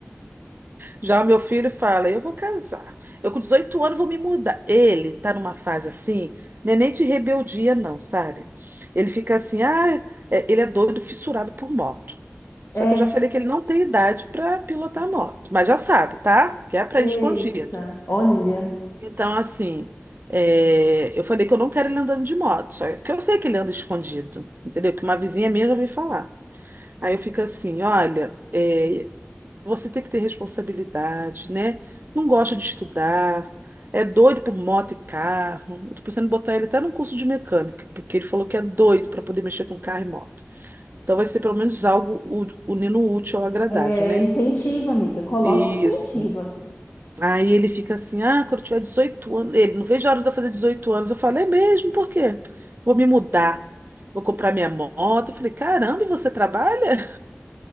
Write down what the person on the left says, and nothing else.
É.
Eita,
olha,
é,
incentiva, amiga, coloca
e incentiva.